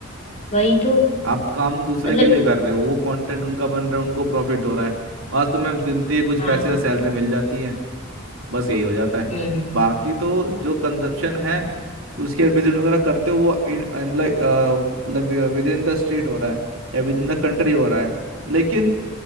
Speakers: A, on the left (about 35°); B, on the right (about 75°).
A: वही तो
B: आप काम दूसरे
A: मतलब
B: के लिए कर रहे हो वो कंटेंट उनका बन रहा है उनको प्रॉफिट हो रहा है आज तुम्हें गिनती है कुछ
A: हाँ
B: पैसे सैलरी मिल जाती है बस यही हो जाता है
A: हम्म
B: बाकी तो जो कंजप्शन है उसके एडवर्टीजमेंट वगैरह करते हो
A: हम्म
B: वो इन- अ, मतलब विद इन द स्टेट हो रहा है या विद इन द कंट्री हो रहा है लेकिन